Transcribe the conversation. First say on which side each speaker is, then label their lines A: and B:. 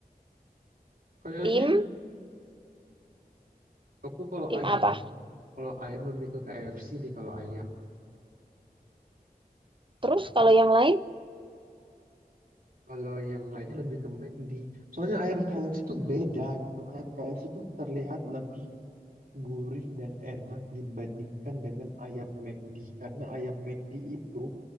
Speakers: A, on the right (about 60°); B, on the right (about 30°).
A: Kayaknya
B: Tim
A: aku kalau
B: tim
A: ayam,
B: apa?
A: kalau ayam lebih ke KFC deh kalau ayam. Soalnya
B: Terus kalau yang lain?
A: kalau yang lainnya lebih ke McD. Soalnya ayam KFC itu beda gitu. Ayam KFC itu terlihat lebih gurih dan enak dibandingkan dengan ayam McD. Karena ayam McD itu